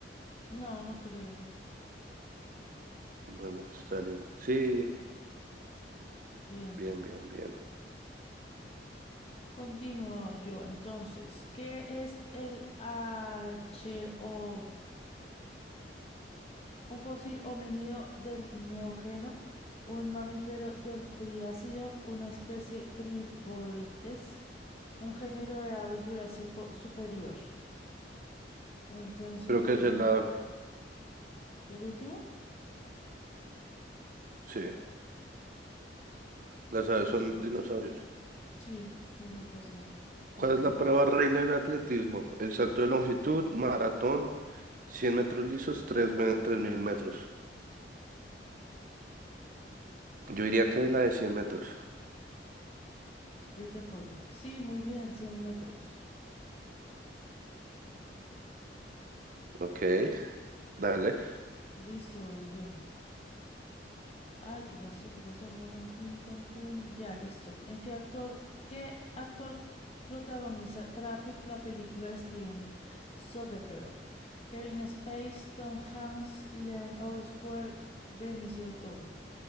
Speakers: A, on the left (about 35°); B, on the right (about 50°).
A: No, no creo.
B: Bueno, Stalin. Sí,
A: Bien.
B: bien, bien, bien.
A: Continúo yo. Entonces, ¿qué es el Archaeopteryx? Un fósil homínido del Neógeno, un mamífero del Triásico, una especie Triboides, un género de ave jurásico superior. Entonces
B: Creo
A: yo
B: que
A: diría,
B: es el lado.
A: ¿el último?
B: Sí, las aves son dinosaurios.
A: Sí, tienes razón, te
B: ¿Cuál
A: creí.
B: es la prueba reina del atletismo? El salto de longitud, maratón, 100 metros lisos, tres me- 3000 metros. Yo diría que la de cien metros.
A: Yo te apoyo. Sí, muy bien, 100 metros.
B: Ok, dale.
A: Listo, voy yo. Ay, ¿qué pasó? ¿Qué pasó? Un momentín, tantún. Ya, listo. ¿En qué actor, qué actor protagoniza Traffic, la película de Steven Soderbergh? Kevin Spacey, Tom Hanks, Leon Orwell, Benicio del Toro.